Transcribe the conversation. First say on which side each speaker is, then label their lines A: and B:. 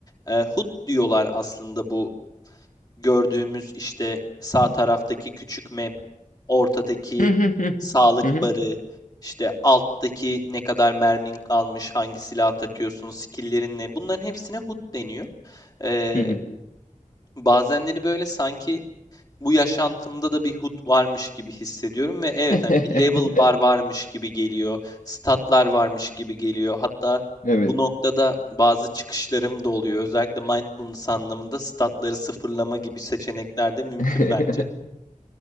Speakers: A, on the left; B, on the left.
A: e, HUD diyorlar aslında bu gördüğümüz işte sağ taraftaki küçük map, ortadaki
B: Hı hı hı.
A: sağlık
B: Hı hı
A: barı, işte alttaki ne kadar mermin kalmış, hangi silah takıyorsun, skill'lerin ne bunların hepsine HUD deniyor. Ee,
B: hı hı.
A: bazenleri böyle sanki bu yaşantımda da bir hut varmış gibi hissediyorum ve evet
B: <laughs>
A: hani bir level bar varmış gibi geliyor, statlar varmış gibi geliyor. Hatta
B: Evet.
A: bu noktada bazı çıkışlarım da oluyor. Özellikle mindfulness anlamında statları sıfırlama gibi seçenekler de mümkün
B: <laughs>
A: bence.